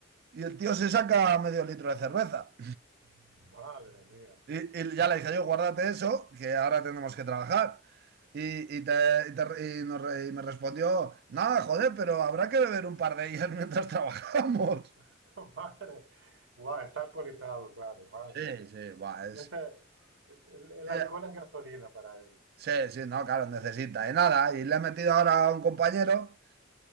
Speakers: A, on the right; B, on the right.
A: y el tío se saca medio litro de cerveza.
B: <laughs> Madre mía.
A: Y, y ya le dije yo, guárdate eso, que ahora tenemos que trabajar. Y, y, te- y te- y nos re- y me respondió, nada, joder, pero habrá que beber un par de ellas <laughs> mientras trabajamos.
B: <laughs> Madre. Guau, está alcoholizado, claro, madre
A: Sí,
B: mía.
A: sí, buah, es...
B: Ese, el, el
A: eh,
B: alcohol es gasolina para él.
A: Sí, sí, no, claro, necesita. Y nada, y le he metido ahora a un compañero